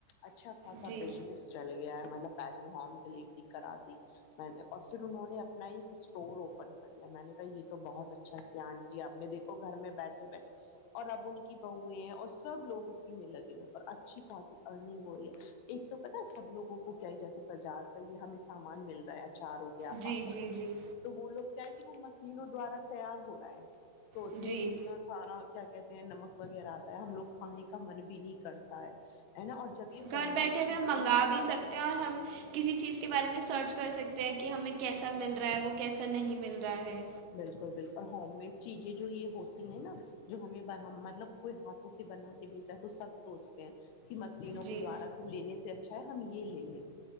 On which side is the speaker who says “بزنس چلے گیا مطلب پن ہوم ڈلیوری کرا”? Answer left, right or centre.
Left